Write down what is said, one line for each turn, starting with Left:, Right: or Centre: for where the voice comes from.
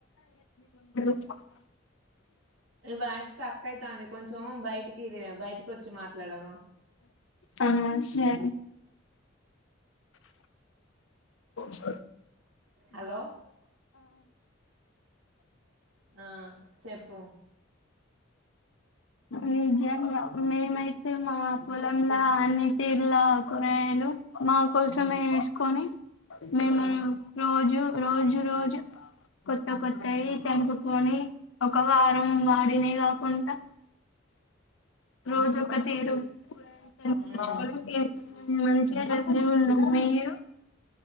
Left: <unintelligible>
Right: మీ వాయిస్ స్ట్రక్ అయితంది కొంచెం కొంచం బయటికి బయటకి వచ్చి మాట్లాడవా
Left: ఆ సరే స
Right: హలో ఆ చెప్పు
Left: నిజంగా మేమైతే మా పొలంలా అన్ని తీరులా కూరగాయలు మా కోసమే వేసుకొని మేము
Right: ఉమ్
Left: రోజు రోజు రోజు కొత్త కొత్తయి తెంపుకుని ఒక వారం వాడినయి కాకుండా రోజు ఒక తీరుంకురగాయలు టెంపకచుకొని
Right: ఉమ్
Left: తింటాం మంచి <unintelligible> మీరు